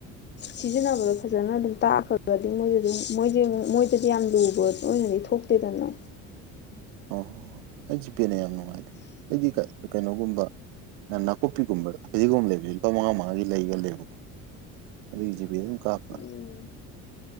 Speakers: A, on the left; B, on the right.
A: ꯁꯤꯖꯤꯟꯅꯕꯗꯣ ꯐꯖꯅ ꯑꯗꯨꯝ ꯇꯥꯛꯈ꯭ꯔꯒꯗꯤ ꯃꯣꯏꯁꯦ ꯑꯗꯨꯝ ꯃꯣꯏꯁꯦꯉꯨ ꯃꯣꯏꯗꯗꯤ ꯌꯥꯝ ꯂꯨꯕ ꯑꯣꯏꯅꯗꯤ ꯊꯣꯛ ꯇꯦꯗꯅ
B: ꯑꯣ ꯑꯩ ꯖꯤꯄꯦꯅ ꯌꯥꯝ ꯅꯨꯡꯉꯥꯏꯗ ꯑꯩꯗꯤ ꯀꯩꯅꯣꯒꯨꯝꯕ ꯅ ꯅꯥꯀꯨꯞꯄꯤꯒꯨꯝꯕ ꯐꯗꯤꯒꯣꯝ ꯂꯩꯕꯖꯦ ꯂꯨꯄꯥ ꯃꯉꯥ ꯃꯉꯥꯒꯤ ꯂꯩꯒꯜ ꯂꯦꯕꯀꯣ ꯑꯗꯨꯒꯤ ꯖꯤꯄꯦꯗ ꯑꯗꯨꯝ ꯀꯥꯞꯄ
A: ꯎꯝ